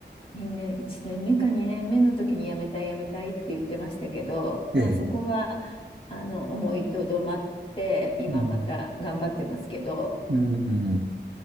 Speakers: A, on the left; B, on the right.
A: 年、2年、1年目か2年目の時に辞めたい辞めたいって言ってましたけど、
B: ええ。
A: まあそこはあの思いとどまって、今また頑張ってますけど、
B: うん。うん。うん